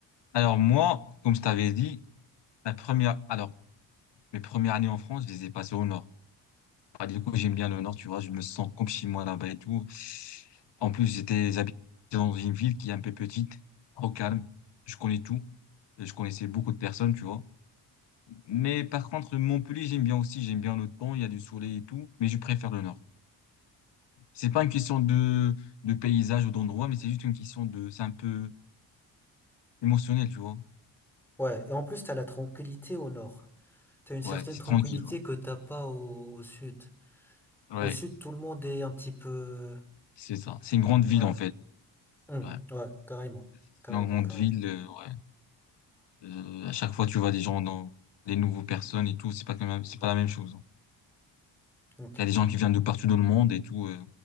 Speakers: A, on the left; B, in the centre.
A: alors moi, comme je t'avais dit, la première, alors mes premières années en France, je les ai passées au nord. Ah, du coup, j'aime bien le nord, tu vois, je me sens comme chez moi là-bas et tout. En plus, j'étais habité dans une ville qui est un peu petite, au calme. Je connais tout. Je connaissais beaucoup de personnes, tu vois. Mais par contre, Montpellier, j'aime bien aussi. J'aime bien le temps, il y a du soleil et tout. Mais je préfère le nord. C'est pas une question de, de paysage ou d'endroit, mais c'est juste une question de, c'est un peu émotionnel, tu vois.
B: Ouais, et en plus, t'as la tranquillité au nord. T'as une certaine
A: Ouais, c'est
B: tranquillité
A: tranquille. Ouais,
B: que t'as pas au, au sud.
A: Ouais,
B: Au sud, tout le monde est un petit peu...
A: c'est ça. C'est une grande
B: Ouais,
A: ville en fait.
B: Hum,
A: Ouais,
B: ouais, carrément,
A: c'est
B: carrément,
A: une grande
B: carrément.
A: ville. euh, ouais. Euh, à chaque fois, tu vois des gens dans des nouvelles personnes et tout. C'est pas quand même, c'est pas la même chose. hein.
B: Ok,
A: Il y a des gens qui viennent de partout dans le monde et tout. euh,